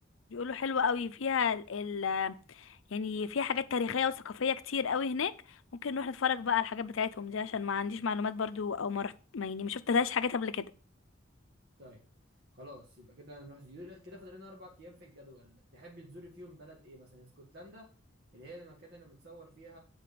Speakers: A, on the left (about 75°); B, on the right (about 50°).
A: بيقولوا حلوة قوي فيها ال ال- يعني فيها حاجات تاريخية وثقافية كتير قوي هناك ممكن نروح نتفرج بقى على الحاجات بتاعتهم دي عشان ما عنديش معلومات برضو او ما رحت ما يعني ما شفتلهاش حاجات قبل كده
B: طيب خلاص يبقى كده هنروح زيورخ كده فاضل لنا اربع ايام في الجدول تحب تزور فيهم بلد ايه مثلا اسكتلندا اللي هي المكان اللي متصور فيها